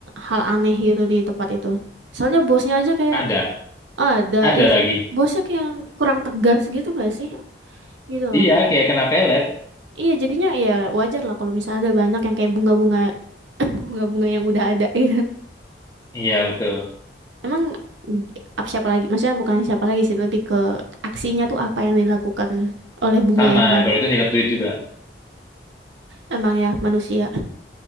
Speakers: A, on the right; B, on the left.
A: hal aneh gitu di tempat itu? Soalnya bosnya aja kayak
B: Ada,
A: "Ah, ada,
B: ada
A: ya
B: lagi.
A: so- bosnya kayak kurang tegas gitu nggak sih? Gitu. loh.
B: Iya, kayak kena pelet.
A: Iya, jadinya ya wajar lah kalau misalnya ada banyak yang kayak bunga-bunga, <laughs> bunga-bunga yang udah ada gitu.
B: Iya, betul.
A: Emang mm, apa siapa lagi? Maksudnya bukan siapa lagi sih, lebih ke aksinya tuh apa yang dilakukan oleh bunga
B: Sama,
A: yang baru.
B: kalau itu nilai duit juga.
A: Emang ya manusia.